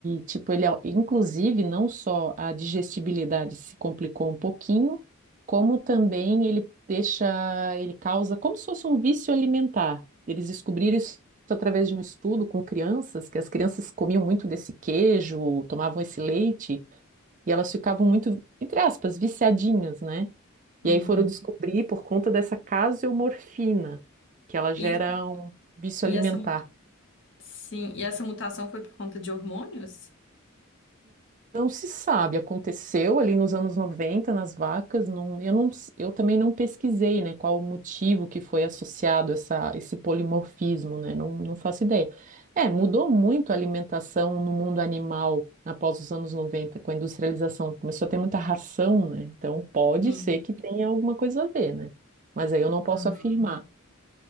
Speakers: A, on the right; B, on the left.
A: tipo, ele, au- inclusive, não só a digestibilidade se complicou um pouquinho, como também ele deixa, ele causa como se fosse um vício alimentar. Eles descobriram isso através de um estudo com crianças, que as crianças comiam muito desse queijo, tomavam esse leite, e elas ficavam muito, entre aspas, viciadinhas, né?
B: uhum.
A: E aí foram descobrir por conta dessa caseomorfina, que ela gera
B: E,
A: um vício
B: e
A: alimentar.
B: essa, mu- sim, e essa mutação foi por conta de hormônios?
A: Não se sabe, aconteceu ali nos anos 90 nas vacas, não, eu, não, eu também não pesquisei, né, qual o motivo que foi associado essa, esse polimorfismo, né, não, não faço ideia. É, mudou muito a alimentação no mundo animal após os anos 90 com a industrialização, começou a ter muita ração, né, então pode
B: Sim.
A: ser que tenha alguma coisa a ver, né, mas aí eu não posso
B: Uhum.
A: afirmar.